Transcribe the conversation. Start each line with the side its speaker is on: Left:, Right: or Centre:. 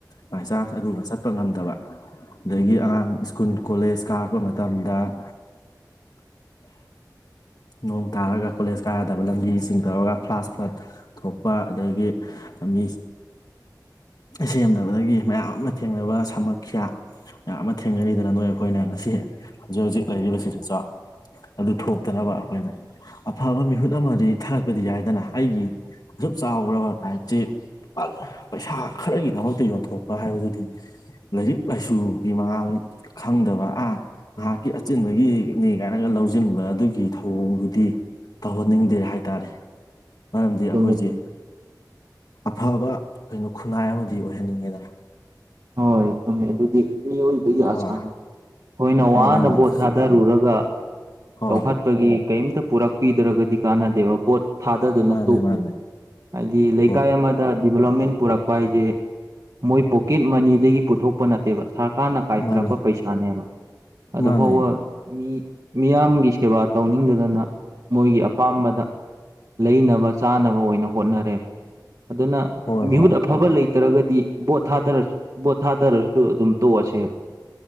Left: ꯕꯥꯏ ꯆꯥꯟꯁ ꯑꯗꯨꯒ ꯆꯠꯄ ꯉꯝꯗꯕ ꯑꯗꯒꯤ ꯑꯉꯥꯡ ꯁ꯭ꯀꯨꯜ ꯁ꯭ꯀꯨꯜ ꯀꯣꯂꯦꯖ ꯀꯥꯔꯛꯄ ꯃꯇꯝꯗ ꯅꯣꯡ ꯇꯥꯔꯒ ꯀꯣꯂꯦꯖ ꯀꯥ ꯂꯝꯕꯤꯁꯤꯡ ꯇꯧꯔꯒ ꯐ꯭ꯂꯥꯁ ꯐ꯭ꯂꯠ ꯊꯣꯛꯄ ꯑꯗꯒꯤ ꯂꯝꯕꯤ ꯁꯦꯝꯗꯕꯗꯒꯤ ꯃꯌꯥꯝ ꯑꯃ ꯊꯦꯡꯅꯕ ꯁꯥꯃꯈꯤꯌꯥ ꯃꯌꯥꯝ ꯑꯃ ꯊꯦꯡꯅꯔꯤꯗꯅ ꯅꯣꯏ ꯑꯩꯈꯣꯏꯅ ꯉꯁꯤ ꯍꯧꯖꯤꯛ ꯍꯧꯖꯤꯛ ꯂꯩꯔꯤꯕꯁꯤꯗꯁꯨ ꯑꯗꯨ ꯊꯣꯛꯇꯅꯕ ꯑꯩꯈꯣꯏꯅ ꯑꯐꯕ ꯃꯤꯍꯨꯠ ꯑꯃꯗꯤ ꯊꯥꯒꯠꯄꯗꯤ ꯌꯥꯏꯗꯅ ꯑꯩꯒꯤ ꯑꯁꯨꯛ ꯆꯥꯎꯈ꯭ꯔꯕ ꯔꯥꯏꯠꯁꯤ ꯄꯩꯁꯥ ꯈꯔꯒꯤꯗꯃꯛꯇ ꯌꯣꯟꯊꯣꯛꯄ ꯍꯥꯏꯕꯗꯨꯗꯤ ꯂꯥꯏꯔꯤꯛ ꯂꯥꯏꯁꯨꯒꯤ ꯃꯉꯥꯜ ꯈꯪꯗꯕ ꯑꯥ ꯉꯥꯏꯍꯥꯛꯀꯤ ꯑꯆꯤꯟꯕꯒꯤꯅꯤ ꯀꯥꯏꯅꯒ ꯂꯧꯁꯤꯟꯕꯒ ꯑꯗꯨꯒꯤ ꯊꯧꯑꯣꯡꯗꯨꯗꯤ ꯇꯧꯍꯟꯅꯤꯡꯗꯦ ꯍꯥꯏꯇꯥꯔꯦ ꯃꯔꯝꯗꯤ
Right: ꯆꯨꯝꯃꯦ
Left: ꯑꯩꯈꯣꯏꯖꯤ
Right: ꯆꯨꯝꯃꯦ
Left: ꯑꯐꯕ ꯀꯩꯅꯣ ꯈꯨꯟꯅꯥꯏ ꯑꯃꯗꯤ ꯑꯣꯏꯍꯟꯒꯦꯗꯅ
Right: ꯍꯣꯏ ꯆꯨꯃꯦ ꯑꯗꯨꯗꯤ ꯃꯤꯑꯣꯏꯕꯒꯤ
Left: ꯍꯣꯏ
Right: ꯑꯁꯥꯅꯤ ꯑꯩꯈꯣꯏꯅ
Left: ꯃꯥꯅꯦ
Right: ꯋꯥꯅ
Left: ꯃꯥꯅꯦ
Right: ꯚꯣꯠ ꯊꯥꯗꯔꯨꯔꯒ
Left: ꯍꯣꯏ
Right: ꯆꯥꯎꯈꯠ ꯒꯤ ꯀꯩꯔꯤꯝꯇ ꯄꯨꯔꯛꯄꯤꯗ꯭ꯔꯒꯗꯤ ꯀꯥꯟꯅꯗꯦꯕ ꯕꯣꯠ ꯐꯥꯗꯗꯅ
Left: ꯃꯥꯅꯦ
Right: ꯇꯣꯛꯈꯤꯕ
Left: ꯃꯥꯅꯦ
Right: ꯍꯥꯏꯗꯤ ꯂꯩꯀꯥꯏ
Left: ꯍꯣꯏ
Right: ꯑꯃ ꯗ ꯗꯤꯕꯂꯞꯃꯦꯟ ꯄꯨꯔꯛꯄ ꯍꯥꯏꯁꯦ ꯃꯣꯏ ꯄꯣꯀꯦꯠ ꯃꯅꯤꯗꯒꯤ ꯄꯨꯊꯣꯛꯄ ꯅꯠꯇꯦ ꯇꯦꯕ ꯁꯔꯀꯥꯔꯅ ꯀꯥꯏꯊꯔꯛꯄ
Left: ꯃꯥꯅꯦ
Right: ꯄꯩꯁꯥꯅꯦꯕ ꯑꯗꯨꯐꯥꯎꯕ
Left: ꯃꯥꯅꯦ
Right: ꯃꯤ ꯃꯤꯌꯥꯝꯒꯤ ꯁꯦꯕꯥ ꯇꯧꯅꯤꯡꯗꯗꯅ ꯃꯣꯏꯒꯤ ꯑꯄꯥꯝꯕꯗ ꯂꯩꯅꯕ ꯆꯥꯅꯕ ꯑꯣꯏꯅ ꯍꯣꯠꯅꯔꯦ ꯑꯗꯨꯅ
Left: ꯍꯣꯏ
Right: ꯃꯤꯍꯨꯠ
Left: ꯍꯣꯏ
Right: ꯑꯐꯕ ꯂꯩꯇ꯭ꯔꯒꯗꯤ ꯕꯣꯠ ꯊꯥꯗꯔꯁꯨꯣꯠ ꯊꯥꯗꯔꯁꯨ ꯑꯗꯨꯝ ꯇꯣꯛꯑꯁꯦꯕ